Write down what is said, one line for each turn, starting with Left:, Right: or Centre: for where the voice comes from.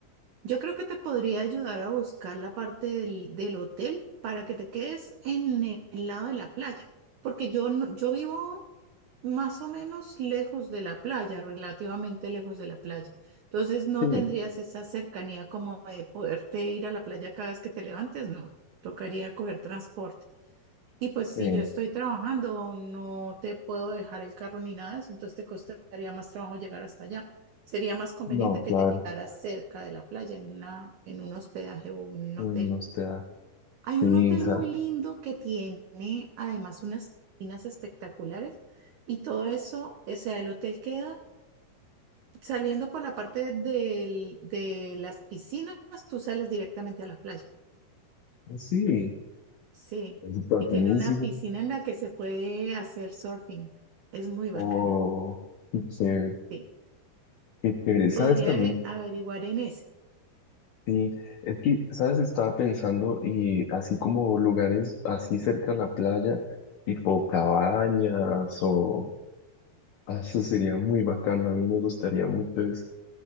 Right: Yo creo que te podría ayudar a buscar la parte del, del hotel para que te quedes en el lado de la playa, porque yo, no- yo vivo más o menos lejos de la playa, relativamente lejos de la playa. Entonces no
Left: sí,
Right: tendrías esa cercanía como de poderte ir a la playa cada vez que te levantes, no. Tocaría coger transporte. Y pues
Left: eh,
Right: si yo estoy trabajando, no te puedo dejar el carro ni nada de eso, entonces te costaría más trabajo llegar hasta allá. Sería más conveniente
Left: no,
Right: que
Left: claro,
Right: te quedaras cerca de la playa en una, en un hospedaje o un
Left: uno
Right: hotel.
Left: te da
Right: Hay
Left: risa,
Right: un hotel muy lindo que tiene además unas piscinas espectaculares y todo eso, o sea, el hotel queda saliendo por la parte del- de las piscinas, tú sales directamente a la playa.
Left: sí,
Right: Sí,
Left: es bacanísimo,
Right: y tiene una piscina en la que se puede hacer surfing. Es muy bacana.
Left: o... chévere.
Right: Sí,
Left: Qué chévere. ¿Sabes
Right: podría
Left: también?
Right: ave- averiguar en ese.
Left: Sí, es que, ¿sabes? Estaba pensando y así como lugares así cerca a la playa, tipo cabañas o... ah, Eso sería muy bacano, a mí me gustaría mucho eso.